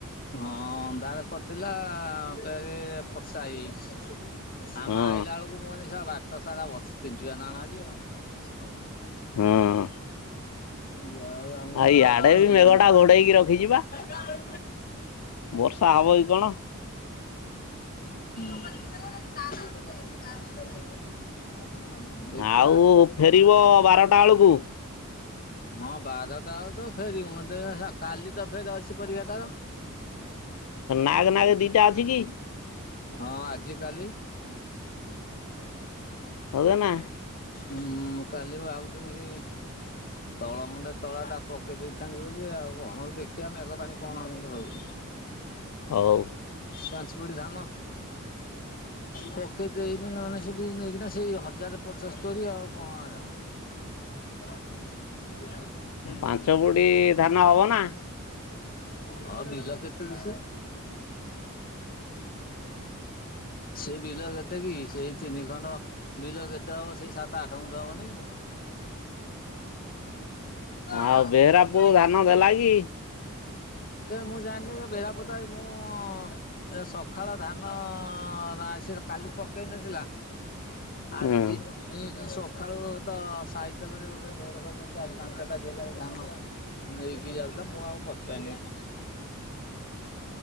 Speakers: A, on the left; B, on the left.
A: ହଁ ଅନ୍ଧାର କରିଥିଲା <unintelligible> ବର୍ଷା ହେଇଯାଇଛି, ଆମେ
B: ହଁ
A: ଆଇଲା ବେଳକୁ ମୋ ନିଶା ବାକ <unintelligible> ସାରା ବର୍ଷ <unintelligible> ଭ ହବ
B: ହଁ।
A: ଯା ହଉ ଆମେ,
B: ଆଉ
A: ବର୍ଷ
B: ଇଆଡେ ବି
A: ହେଇନି
B: ମେଘ
A: <inaudible> <inaudible>
B: ଟା
A: ହଁ
B: ଘୋଡେଇକି ରଖିଛି ବା।
A: ହଁ।
B: ବର୍ଷା ହବ କି କଣ?
A: <inaudible> ହୁଁ। ଦେଖିବା।
B: ଆଉ ଫେରିବ ବାରଟା ବେଳକୁ
A: ହଁ ବାରଟା ଳୁ ତ ଫେରିବୁ ମତେ କାଲି ତ ଫେରି ଅଛି ପରୀକ୍ଷା ତାର।
B: ନାଗେ ନାଗେ ଦିଟା ଅଛି କି?
A: ହଁ ଆଜି କାଲି।
B: ହଗେ ନା
A: ହୁଁ ମୁ କାଲି ଭାବୁଥିଲି ସେଇ ତଳ ମୁଣ୍ଡେ ତଳା ଟା ପକେଇ ଦେଇଥାନ୍ତି ବୋଲି ଆଉ କଣ ଦେଖିବା ମେଘ ପାଣି କଣ ଏମିତି ହଉଚି।
B: ହଉ।
A: ପାଞ୍ଚ ପୋଡି ଧାନ ପୋକେ ଦେଇବି ନହେଲେ ସେଠି ନେଇକିନା ସେଇ ହଜାର ପଚଶ ତୋରି ଆଉ କଣ? ନାର ଗଟ <unintelligible>
B: ପାଞ୍ଚ ବୋଡି ଧାନ ହବ ନା?
A: ହଁ ବି ଲ କେ ତ କିଛି। ସେ ବିଲ କେତେ କି ସେଇ ତିନି ଖଣ୍ଡ। ବିଲ କେତେ ହବ ସେଇ ସାତ ଆଠ ଖଣ୍ଣ୍ଡ ହବନି ତୁ ତ
B: ଆଉ ବେହେରା
A: ଯେଟ
B: ପୁଅ
A: ହେଇ
B: ଧାନ ଦେଲା କି?
A: ମୁଁ ଜାଣିନି ବେଢପତା ମୁଁ। ମୁଁ ଏ ସକାଳ ଧାନ ଆସି କାଲି ପକେଇ ନଥିଲା। ଆଜି।
B: ହୁଁ
A: ଉଁ ସକାଳୁ ତ ସାଇକେଲରେ ଗୋଟେ ଲୋଡ କରିଦ ଆଜି ପାଞ୍ଚଟା ଜିଲ୍ଲାରେ ଧାନ। ନେଇକି ଯାଉଥିଲା ମୁଁ ଆଉ ପଚାରନି। <inaudible>